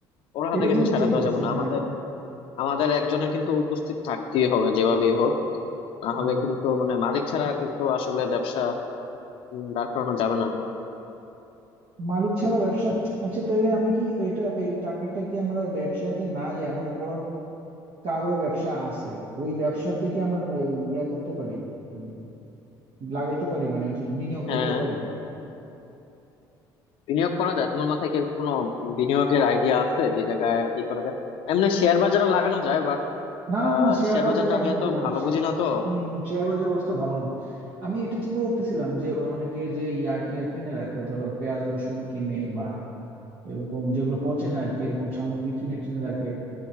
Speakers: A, on the left (about 65°); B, on the right (about 60°).
A: ওর হাতে
B: এটা
A: কিন্তু
B: তুমি
A: ছাড়া
B: ঠিক
A: দেওয়া
B: বলছো
A: যাবে না
B: হ্যাঁ
A: আমাদের আমাদের একজনের কিন্তু উপস্থিত থাকতেই হবে যেভাবেই হোক না
B: হুম
A: হলে কিন্তু মানে মালিক ছাড়া কিন্তু আসলে ব্যবসা উম, দাঁড় করানো যাবে না
B: মালিক ছাড়া ব্যবসা আচ্ছা তাহলে আমি কি এটা এই টাকাটা কি আমরা ব্যবসাতে না যে মনে করো কারো ব্যবসা আছে ওই ব্যবসাতে কি আমরা এই ইয়া করতে পারি উম, লাগাইতে পারি মানে ওই যে বিনিয়োগ
A: হ্যাঁ,
B: করতে পারি
A: বিনিয়োগ করা যায় তোমার মাথায় কি এরকম কোনো বিনিয়োগের আইডিয়া আছে যে জায়গায় ই করা যায় এমনি শেয়ার বাজারে লাগানো যায় বাট
B: না না না না শেয়ার
A: শেয়ার
B: বাজারে
A: বাজারটা আমি
B: এখন
A: এত
B: করবো
A: ভালো
B: না
A: বুঝি না তো
B: হম শেয়ার বাজারের অবস্থা ভালো না আমি এটা চিন্তা করতেছিলাম যে অনেকে যে ইয়া টিয়া কিনে রাখে ধরো পেঁয়াজ রসুন কিনে বা এরকম যেগুলো পচে না আর কি এরকম সামগ্রী কিনে টিনে রাখে